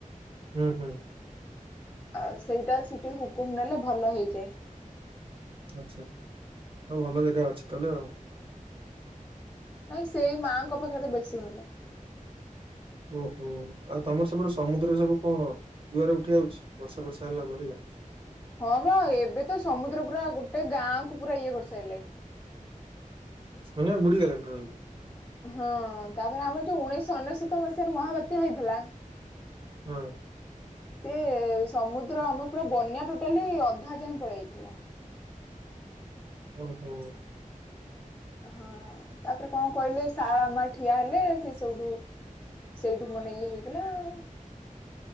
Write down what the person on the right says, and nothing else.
ହୁଁ ହୁଁ।
ଆଚ୍ଛା ଆଉ ଭଲ ଜାଗା ଅଛି ତାହେଲେ ଆଉ।
ଓ ହୋ ଆଉ ତମର ସେପଟେ ସମୁଦ୍ରରେ ସବୁ କଣ ଜୁଆର ଉଠି ଆଉଛି ବର୍ଷା ଫର୍ଷା ହେଲାରୁ ଅଧିକା?
ମାନେ ବୁଡିଗଲାଣି ଟୋଟାଲ?
ହଁ।
ଓହୋ।